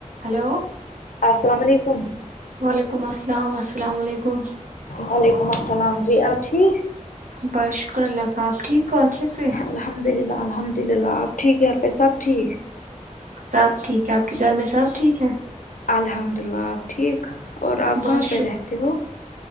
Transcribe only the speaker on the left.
السلام علیکم
وعلیکم السلام جی آپ ٹھیک
الحمد للہ الحمد للہ آپ ٹھیک گھر پہ سب ٹھیک
الحمد للہ آپ ٹھیک اور آپ کہاں
پہ
رہتے ہو